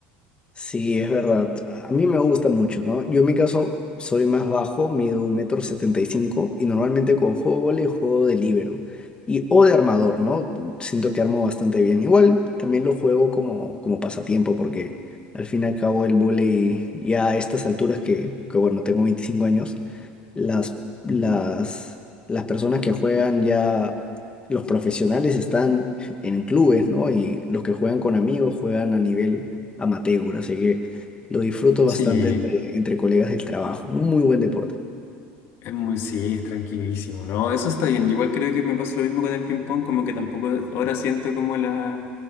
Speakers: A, on the left; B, on the left.
A: Sí, es verdad. A a mí me gusta mucho, ¿no? Yo en mi caso soy más bajo, mido un metro setenta y cinco y normalmente cuando juego vóley juego de líbero y o de armador, ¿no? Siento que armo bastante bien. Igual también lo juego como, como pasatiempo porque al fin y al cabo el vóley ya a estas alturas que, que bueno, tengo 25 años, las,
B: <laughs>
A: las,
B: Ujú.
A: las personas que juegan ya, los profesionales están en clubes, ¿no? Y los que juegan con amigos juegan a nivel amateur, así que lo disfruto bastante
B: Sí,
A: entre, entre colegas del trabajo. Un muy buen deporte.
B: es muy, sí, es tranquilísimo, ¿no? Eso está bien. Igual creo que me pasa lo mismo con el ping-pong, como que tampoco ahora siento como la,